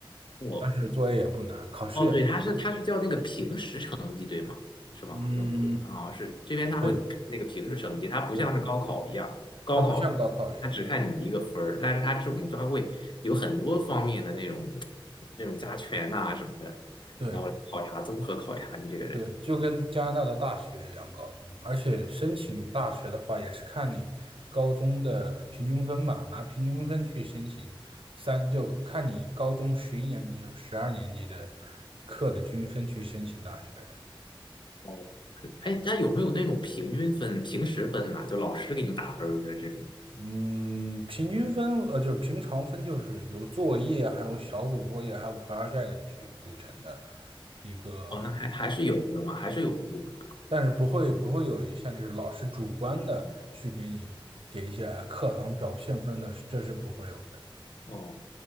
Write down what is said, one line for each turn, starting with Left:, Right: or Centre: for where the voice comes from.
Left: 我。
Right: 但是作业也不难，考试也，
Left: 哦，对，它是它是叫那个平时成绩，对吗？是吗？
Right: 嗯，
Left: 我记得啊，是这边他会看那个平时成绩，
Right: 对
Left: 它不像是高考一样，
Right: 对，
Left: 高考它只看你一个分儿，
Right: 它不像高考一样，
Left: 但是它这种它会有很多方面的那种那种加权呐、什么的，
Right: 对。
Left: 然后考察综合考察你这个人。
Right: 对，就跟加拿大的大学一样，高中，而且申请大学的话，也是看你高中的平均分吧，拿平均分去申请三，就看你高中十一年级和十二年级的课的均分去申请大学的。
Left: 哦，是。哎，它有没有那种平均分、平时分呐、就老师给你打分儿的这种？
Right: 嗯，平均分，呃，就是平常分，就是由作业、还有小组作业、还有 project 去组成的一个
Left: 哦，那还还是有的嘛，还是有一部分的。
Right: 但是不会不会有一项就是老师主观的去给你给一些课堂表现分的，这是不会有的。
Left: 哦，